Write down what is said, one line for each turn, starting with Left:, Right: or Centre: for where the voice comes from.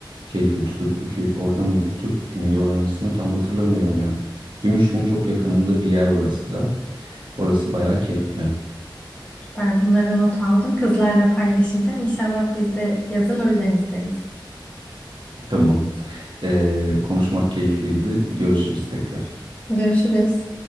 Right: keyifli. Türk bükü orada mıydı? Türk bükü müydü oranın ismi? Tam hatırlamıyorum ya. Gümüşlüğün çok yakınında bir yer orası da. Orası bayağı keyifli.
Left: Süper. Bunları not aldım. Kızlarla paylaşacağım. İnşallah biz de yazın Ölüdeniz'deyiz.
Right: Tamam. E, konuşmak keyifliydi. Görüşürüz tekrar.
Left: Görüşürüz.